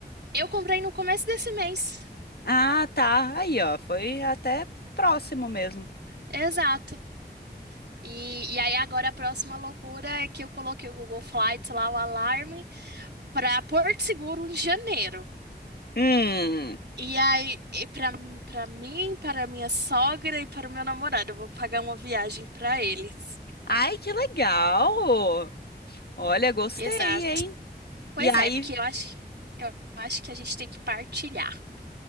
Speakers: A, on the right; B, on the left.
A: Eu comprei no começo desse mês.
B: Ah, tá. Aí, ó, foi até próximo mesmo.
A: Exato. E, e aí agora a próxima loucura é que eu coloquei o Google Flights lá, o alarme, para Porto Seguro em janeiro.
B: Hum.
A: E aí, e para para mim, para minha sogra e para o meu namorado, eu vou pagar uma viagem para eles.
B: Ai, que legal! Olha, gostei,
A: Exato.
B: hein?
A: Pois
B: E aí,
A: é, porque eu acho, eu acho que a gente tem que partilhar.